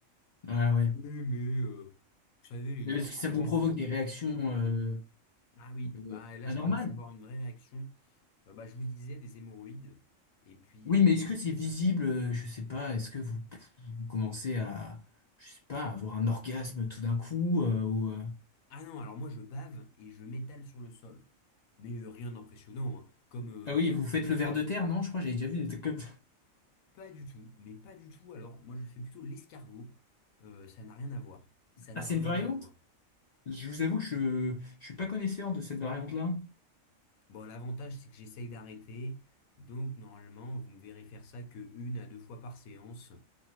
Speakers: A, on the left; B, on the left.
A: Ah ouais.
B: Oui, mais euh, vous savez, les
A: Mais
B: gens,
A: parce que ça
B: aujourd'hui,
A: vous provoque
B: sont de plus
A: des réactions
B: en plus tolérants.
A: euh,
B: Ah oui,
A: euh,
B: bah là,
A: anormales.
B: je commence à avoir une vraie réaction. Euh, bah, je vous disais des hémorroïdes. Et puis,
A: Oui,
B: euh,
A: mais est-ce que c'est visible? euh, Je sais pas. Est-ce que vous, vous commencez à, je sais pas, à avoir un orgasme tout d'un coup euh, ou, euh,
B: ah non, alors moi je bave et je m'étale sur le sol. Mais euh, rien d'impressionnant, hein. Comme euh,
A: Ah oui, vous faites le ver de terre, non? Je crois que j'avais déjà vu des trucs comme ça.
B: pas du tout, mais pas du tout. Alors moi je fais plutôt l'escargot. Euh, ça n'a rien à voir. Ça
A: Ah,
B: n'a
A: c'est
B: vraiment
A: une variante?
B: rien à voir.
A: Je vous avoue que je, je suis pas connaisseur de cette variante-là.
B: Bon, l'avantage c'est que j'essaye d'arrêter. Donc normalement, vous me verrez faire ça que une à deux fois par séance.